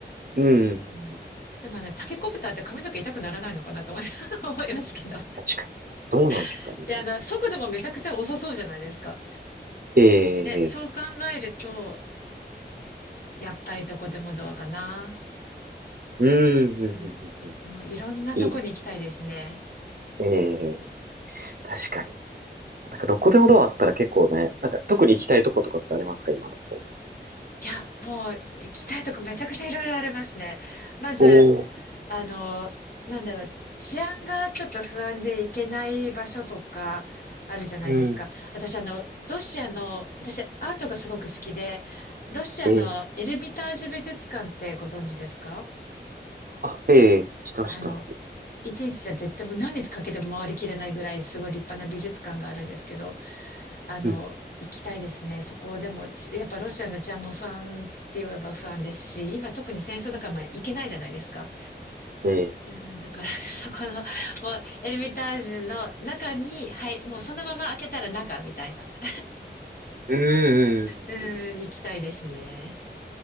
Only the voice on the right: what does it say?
うん。
確かに。どうなんですかね。
ええ
ーうん、うん、うん、
うん。
いいです。ええー確かに。なんかどこでもドアあったら結構ね、なんか特に行きたいとことかってありますか今だと。
おー、
うん。
ええああ、ええ知ってます、
知ってます。
うん、
うんええ
うん、うん、
うんうん。